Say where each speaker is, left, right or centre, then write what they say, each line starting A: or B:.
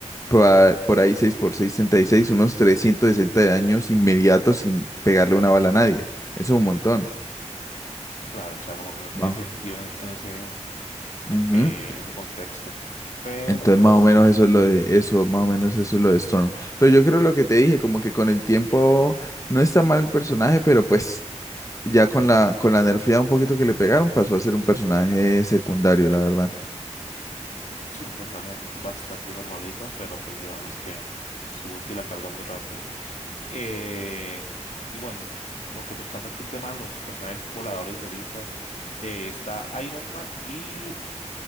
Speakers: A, on the left; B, on the left.
A: por ahí por ahí 6x6, 36, unos 360 daños inmediatos sin pegarle una bala a nadie. Eso es un montón.
B: claro, o sea, como que no tiene
A: Wow.
B: sentido en, en ese,
A: Ujú.
B: eh, en ese contexto. Pero
A: Entonces
B: pues,
A: más o menos eso es lo de eso, más o menos eso es lo de Storm. Pero yo creo lo que te dije, como que con el tiempo no está mal el personaje, pero pues ya con la con la nerfeada un poquito que le pegaron pasó a ser un personaje secundario, la verdad.
B: sí, un personaje bastante normalito, pero pues digamos que su ulti la carga muy rápido. Eh, y bueno, como que tocando aquí el tema de los personajes voladores dualistas, eh, está Iron Man y,